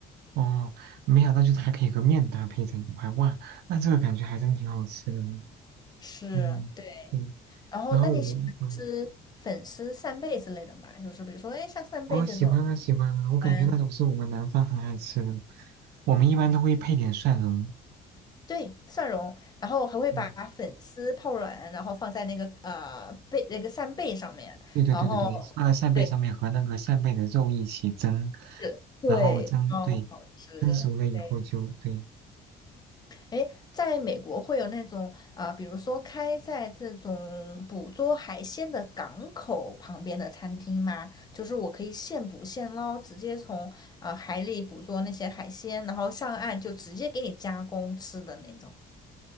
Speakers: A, on the right; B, on the left.
A: 哦，没想到就是还可以和面搭配在一块，哇，那这个感觉还真挺好吃的呢。
B: 是，
A: 嗯，
B: 对。
A: 对，
B: 然后，
A: 然后我，
B: 那你喜欢吃粉丝扇贝之类的吗？
A: 嗯。
B: 就是比如说，哎，像扇贝这种，
A: 哦，喜欢啊，喜欢啊，我感觉那种是我们南方很爱吃的，
B: 嗯，
A: 我们一般都会配点蒜蓉。
B: 对，蒜蓉，然后还会把粉丝泡软，
A: 嗯，
B: 然后放在那个呃贝那个扇贝上面，
A: 对，对对对对对，
B: 然后。
A: 放在扇贝上面和那个扇贝的肉一起蒸，
B: 对。是对，
A: 然后蒸，
B: 超好吃。
A: 对，蒸熟了以后就对，
B: 对，哎，在美国会有那种啊、呃比如说开在这种捕捉海鲜的港口旁边的餐厅吗？就是我可以现捕现捞，直接从啊海里捕捉那些海鲜，然后上岸就直接给你加工吃的那种。